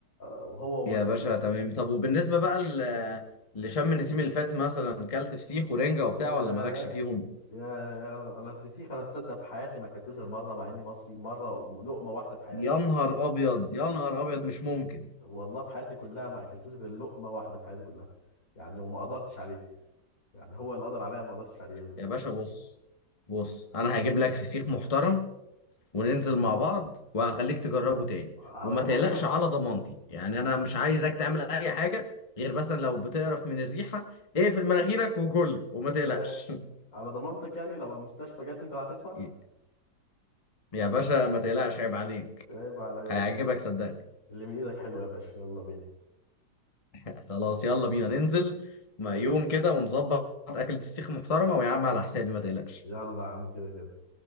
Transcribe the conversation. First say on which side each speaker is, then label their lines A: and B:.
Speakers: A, on the left; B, on the left.
A: وهو
B: يا
A: وال
B: باشا تمام طب وبالنسبة بقى ل... لشم النسيم اللي فات مثلا كلت فسيخ ورنجة وبتاع
A: ياه
B: ولا مالكش فيهم
A: يا يا انا الفسيخ انا تصدق في حياتي ما اكلتوش غير مره مع اني مصري مره لقمه واحده في حياتي
B: يا نهار ابيض يا نهار ابيض مش ممكن
A: والله في حياتي كلها ما اكلتوش غير لقمه واحده في حياتي كلها يعني وما قدرتش عليه يعني هو اللي قدر عليا ما قدرتش عليه بس-
B: يا باشا بص بص انا هجيب لك فسيخ محترم وننزل مع بعض وهخليك تجربه تاني
A: على
B: وما
A: ضمانتك
B: تقلقش على ضمانتي يعني انا مش عايزك تعمل اي حاجه غير مثلا لو بتقرف من الريحه اقفل مناخيرك وكل وما
A: ياه
B: تقلقش
A: على ضمانتك يعني لو المستشفى جت انت هتدفع
B: <laughs> يا باشا ما تقلقش عيب عليك
A: عيب عليا
B: هيعجبك صدقني
A: اللي من ايدك حلو يا باشا يلا بينا
B: <laughs> خلاص يلا بينا ننزل ما يوم كده ونظبط اكلة فسيخ محترمه ويا عم على حسابي ما تقلقش
A: يلا يا عم كده كده